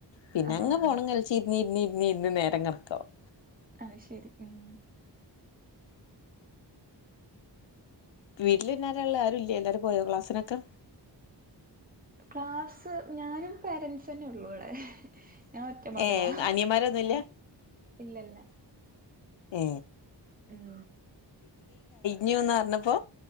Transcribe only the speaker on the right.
ആഹ്
ആഹ്
അഹ് ശെരി ഉം
ക്ലാസ്സ് ഞാനും പേരൻറ്സും തന്നെ ഒള്ളൂ വടെ ഞാൻ ഒറ്റ മകളാ
ആ ഇല്ലല്ല
ഉം